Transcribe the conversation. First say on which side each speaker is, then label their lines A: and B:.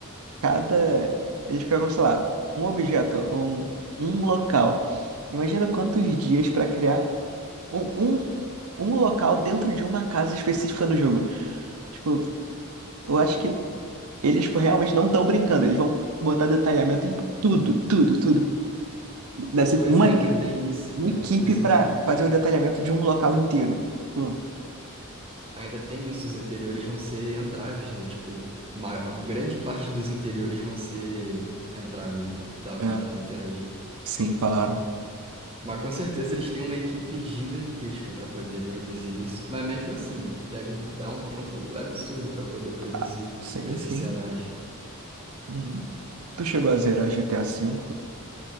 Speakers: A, on the right; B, on the right.
A: cada. Eles pegam, sei lá, um objeto ou um, um local. Imagina quantos dias pra criar um, um, um local dentro de uma casa específica no jogo. Tipo, eu acho que eles tipo, realmente não estão brincando. Eles vão botar detalhamento em tudo, tudo, tudo. Deve ser
B: Pois
A: tipo, uma,
B: é, ainda tem isso,
A: uma
B: cara.
A: equipe
B: Os,
A: pra fazer o detalhamento de um local inteiro. Tipo,
B: Ainda tem isso, os interiores vão ser entraves, né? Tipo, uma grande parte dos interiores vão ser entraves, dá- vai
A: É,
B: dar para interagir.
A: sim, falaram.
B: Mas com certeza eles têm uma equipe gigantesca para poder produzir isso. Mas mesmo assim, deve dar um tempo absurdo para poder produzir
A: Ah, sim,
B: esses
A: sim.
B: cenários.
A: Uhum. Tu chegou a zerar GTA V?